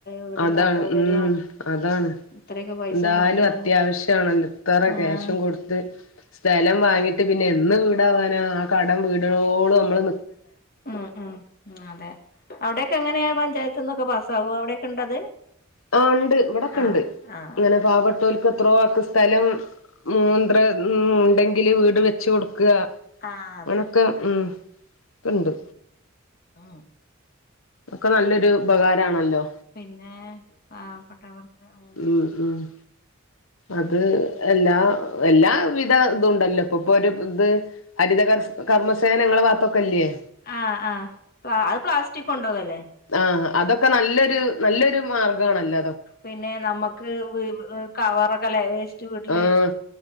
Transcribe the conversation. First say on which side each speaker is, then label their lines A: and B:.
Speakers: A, on the left; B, on the left.
A: വീടില്ലാത്തവരും
B: അതാണ് ഉം അതാണ്
A: ഇത്രയൊക്കെ പൈസ
B: എന്താലും
A: കൊടുത്ത്
B: അത്യാവശ്യമാണ് എത്രറ
A: ആഹ്
B: ക്യാശും കൊടുത്ത് സ്ഥലം വാങ്ങിട്ട് പിന്നെ എന്ന് വീടാവാനോ ആ കടം വീടോട് നമ്മൾ-
A: ഉം ഉം അതെ അവിടെൊക്കെ എങ്ങനെയാ പഞ്ചായത്ത്ന്നൊക്കെ പാസ്സ ആാവു അവിടെൊക്കെ ഉണ്ടത്
B: ആ ഉണ്ട് ഇവിടെൊക്കെ
A: ആഹ്
B: ഉണ്ട്
A: ആഹ്
B: ഇങ്ങനെ പാവട്ട ൽക്ക് എത്രോ ആക്ക സ്ഥലം മൂന്ത്ര ഉണ്ടെങ്കിൽ വീട് വെച്ച് കൊടുക്ക ക്കുക
A: ആഹ് അതെ
B: അങ്ങനൊക്കെ ഉ ഇണ്ട്
A: ആ
B: ഒക്കെ നല്ലൊരു ഉപകാരമാണല്ലോ
A: പിന്നെ പാവപ്പെെട്ടവർക്ക് ഉ
B: ഉം ഉം അത് എല്ലാ എല്ലാ വിധ ഇതുണ്ടല്ലോ ഇപ്പൊ ഇപ്പൊ ഒരു ഇത് ഹരിതകർ കർമ്മസേനങ്ങള ഭാഗത്തൊക്കെല്ലയേ
A: ആ ആ പ അത് പ്ലാസ്റ്റിക് കൊടണ്ടാവും അല്ലേ
B: ആ അതൊക്കെ നല്ലൊരു നല്ലൊരു മാർഗ്ഗണല്ല
A: പിന്നെ നമ്മുക്ക് ക്ക് കവറൊക്കെ വേസ്റ്റ് വീട്ടില്
B: ആഹ്